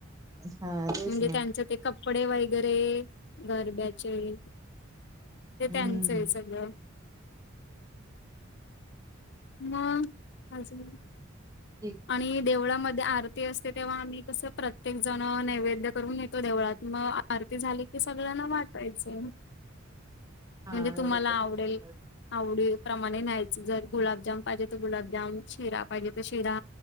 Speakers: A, on the right (about 15°); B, on the left (about 60°).
A: हा तेच
B: म्हणजे
A: ना
B: त्यांच ते कपडे वगैरे, गरब्या चे, ते त्यांचं
A: हम्म
B: हाय सगळं म अजून
A: ठीक
B: आणि देवळामध्ये आरती असते तेव्हा आम्ही कसं प्रत्येक जण नैवेद्य करून घेतो देवळात मग आरती झाली की सगळ्यांना वाटायचं
A: हा
B: म्हणजे
A: नैवेद्य
B: तुम्हाला आवडेल.
A: घेतलेलं असत.
B: आवडी प्रमाणे न्यायचं, जर गुलाबजाम पाहिजे तर गुलाबजाम, शिरा पाहिजे तर शिरा